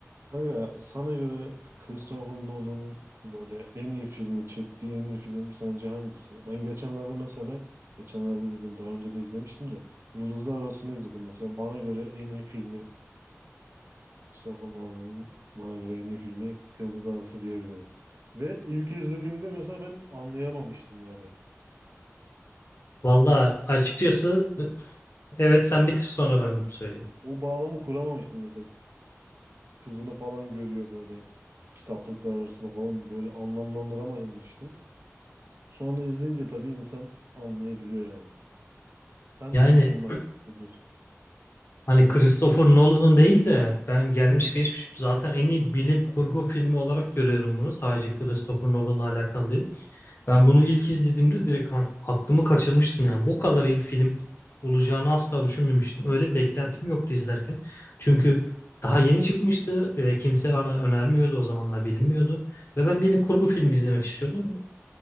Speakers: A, on the right; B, on the left.
A: Kanka sana göre Christopher Nolan'ın böyle en iyi filmi çektiği en iyi film sence hangisi? Ben geçenlerde mesela geçenlerde dedim daha önce de izlemiştim de Yıldızlar Arası'nı izledim mesela. Bana göre en iyi filmi Christopher Nolan'ın bana göre en iyi filmi Yıldızlar Arası diyebilirim. Ve ilk izlediğimde mesela ben anlayamamıştım yani.
B: Valla açıkçası e, evet sen bitir sonra ben söyleyeyim.
A: O bağlamı kuramamıştım mesela. Kızını falan görüyor böyle kitaplıklar arasında falan böyle anlamlandıramamıştım. Sonra izleyince tabii insan anlayabiliyor yani. Sen
B: Yani
A: bu film hakkında ne diyorsun?
B: hani Christopher Nolan'ın değil de ben gelmiş geçmiş zaten en iyi bilim kurgu filmi olarak görüyorum bunu. Sadece Christopher Nolan'la alakalı değil. Ben bunu ilk izlediğimde direkt hani aklımı kaçırmıştım yani. Bu kadar iyi bir film olacağını asla düşünmemiştim. Öyle bir beklentim yoktu izlerken. Çünkü daha yeni çıkmıştı ve kimse bana önermiyordu o zamanlar bilinmiyordu. Ve ben bilim kurgu filmi izlemek istiyordum.